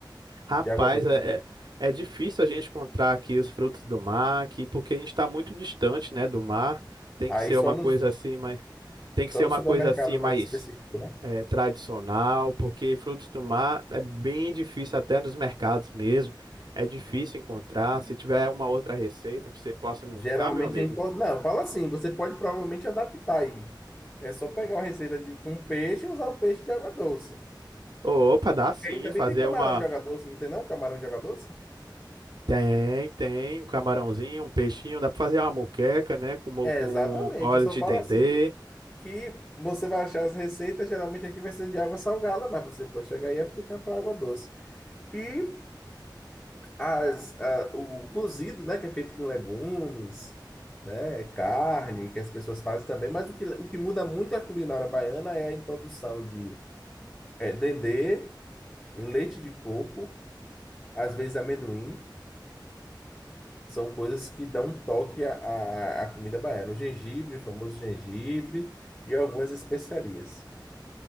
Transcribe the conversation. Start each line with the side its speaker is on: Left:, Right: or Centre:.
Right: Rapaz,
Left: De água doce.
Right: é, é é difícil a gente encontrar aqui os frutos do mar, aqui, porque a gente está muito distante, né, do mar. Tem
Left: Aí
Right: que ser
Left: só
Right: uma
Left: nos,
Right: coisa assim, mas tem que
Left: só
Right: ser
Left: no
Right: uma
Left: supermercado
Right: coisa assim mais
Left: mais específico, né?
Right: é, tradicional, porque frutos do mar é bem difícil até nos mercados mesmo. É difícil encontrar. Se tiver uma outra receita que você possa me
Left: Geralmente
Right: indicar, meu amigo.
Left: é importante. Não, fala assim, você pode provavelmente adaptar aí. É só pegar uma receita de com peixe e usar o peixe de água doce.
Right: Opa, dá sim,
Left: E aí também
Right: fazer
Left: tem camarão
Right: uma
Left: de água doce, não tem não? Camarão de água doce?
Right: Tem, tem, um camarãozinho, um peixinho, dá pra fazer uma moqueca, né, com, mo-
Left: É,
Right: com
Left: exatamente.
Right: óleo
Left: Eu só
Right: de
Left: falo
Right: dendê.
Left: assim que você vai achar as receitas, geralmente aqui vai ser de água salgada, mas você pode chegar e aplicar para água doce. E as, a- o cozido, né, que é feito com legumes, né, carne, que as pessoas fazem também, mas o que, o que muda muito a culinária baiana é a introdução de é, dendê, leite de coco, às vezes amendoim. São coisas que dão um toque à, à à comida baiana. O gengibre, o famoso gengibre e algumas especiarias.